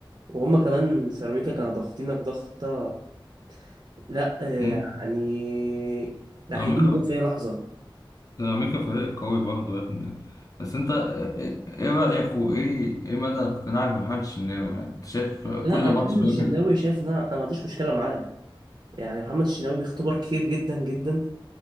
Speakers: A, on the right (about 55°); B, on the left (about 40°).
A: وهما كمان سيراميكا كانوا ضاغطينك ضغطة لا آه،
B: مم.
A: يعني لا
B: سيراميكا
A: هيجيب جون في اي لحظة
B: سيراميكا فريق قوي برضه يا ابني بس انت ايه إيه رأيك وايه ايه مدى اقتناعك بمحمد الشناوي يعني انت شايف كل
A: لا انا
B: ماتش
A: محمد
B: بيعمل
A: الشناوي شايف ان انا أنا ما عنديش مشكلة معاه يعني محمد الشناوي بيختبر كتير جدا جدا